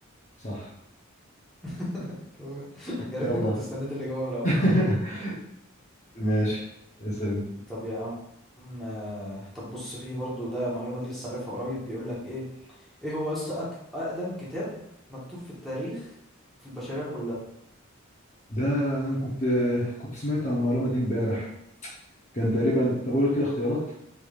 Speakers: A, on the left; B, in the centre.
A: صح
B: <laughs> يا ريتني
A: يلا
B: كنت استنيت الاجابه من الاول
A: <laughs> ماشي اسأل انت
B: طب يا عم آه، طب بص في برضو ده معلومه دي لسه عارفها قريب بيقول لك ايه ايه هو أس- أك... اقدم كتاب مكتوب في التاريخ في البشريه كلها
A: ده أنا كنت كنت سمعت عن المعلومة دي امبارح كان تقريبا طب اقول كده اختيارات